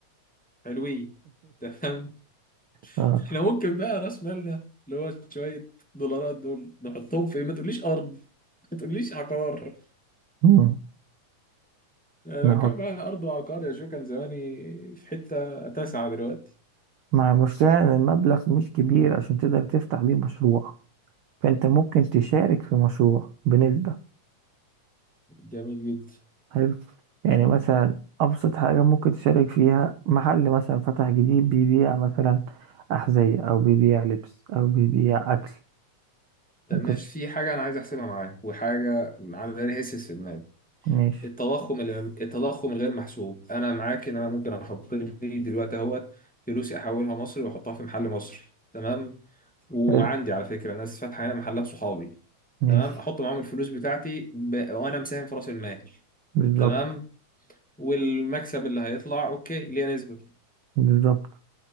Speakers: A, in the centre; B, on the right.
A: حلوين تمام
B: <laughs>
A: احنا ممكن بقى راس مالنا اللي هو شوية دولارات دول نحطهم في ما تقوليش أرض ما تقوليش عقار
B: آه.
A: أنا
B: بنحط
A: لو كان معايا أرض وعقار يا جو كان زماني في حتة تاسعة دلوقتي
B: مع المشكلة إن المبلغ مش كبير عشان تقدر تفتح بيه مشروع فأنت ممكن تشارك في مشروع بنسبة
A: جميل جدا
B: حلو يعني مثلا أبسط حاجة ممكن تشارك فيها محل مثلا فتح جديد بيبيع مثلا أحذية أو بيبيع لبس أو بيبيع أكل
A: طب
B: أنت
A: ماشي
B: ش-
A: في حاجة أنا عايز أحسبها معاك وحاجة عاملة لي هيسس في دماغي
B: ماشي
A: التضخم ال- التضخم الغير محسوب أنا معاك إن أنا ممكن أحط لي دلوقتي أهوت فلوسي أحولها مصري وأحطها في محل مصري تمام وعندي
B: حلو
A: على فكره ناس فاتحه هنا محلات صحابي
B: ماشي
A: تمام احط معاهم الفلوس بتاعتي ب... وانا مساهم في راس المال
B: بالظبط
A: تمام والمكسب اللي هيطلع اوكي ليه نسبه
B: بالظبط